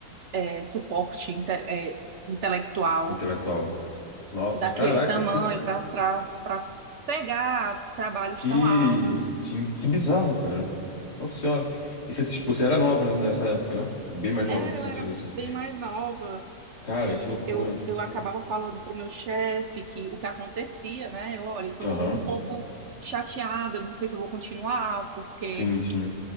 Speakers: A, on the right (about 60°); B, on the left (about 85°).
A: é, suporte inte- é, intelectual
B: Intelectual. Nossa,
A: daquele
B: caraca,
A: tamanho
B: que,
A: para para pegar trabalhos
B: que,
A: tão altos.
B: sim, que bizarro, cara. Nossa senhora. E você, tipo, você era nova né, nessa época, né? Bem mais nova,
A: Era,
B: no sentido
A: eu era
B: assim.
A: bem mais nova
B: Cara,
A: e
B: que loucura.
A: eu, eu acabava falando para o meu chefe que o que acontecia, né? Eu, olha, estou
B: Aham.
A: um pouco chateada, não sei se eu vou continuar, porque
B: Sim, sim.